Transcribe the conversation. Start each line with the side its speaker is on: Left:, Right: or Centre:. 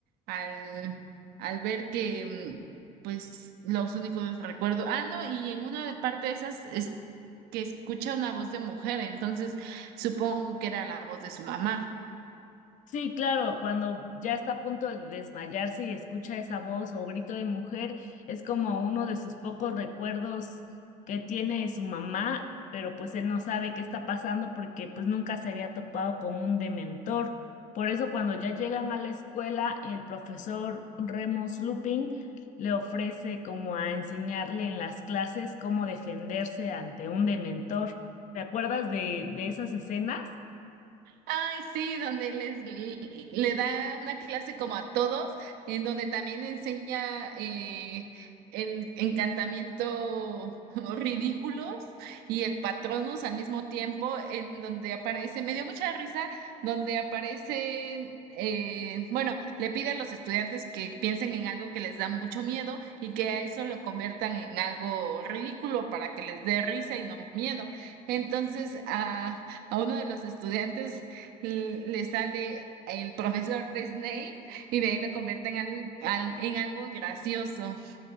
Right: al, al ver que, mm, pues, los únicos recuerdos. Ah, no, y en una de parte de esas es que escucha una voz de mujer, entonces supongo que era la voz de su mamá.
Left: Sí, claro, cuando ya está a punto de desmayarse y escucha esa voz o grito de mujer, es como uno de sus pocos recuerdos que tiene de su mamá, pero pues él no sabe qué está pasando porque pues nunca se había topado con un dementor. Por eso cuando ya llegan a la escuela, el profesor Remus Lupin le ofrece como a enseñarle en las clases cómo defenderse ante un dementor. ¿Te acuerdas de, de esas escenas?
Right: Ay, sí, donde les le da una clase como a todos, en donde también enseña eh, el encantamiento <laughs> ridículos y el Patronus al mismo tiempo, en donde aparece, me dio mucha risa, donde aparecen, eh, bueno, le pide a los estudiantes que piensen en algo que les da mucho miedo y que a eso lo conviertan en algo ridículo para que les dé risa y no miedo. Entonces, a a uno de los estudiantes l- le sale el profesor Snape y de ahí lo convierte en algo, al- en algo gracioso.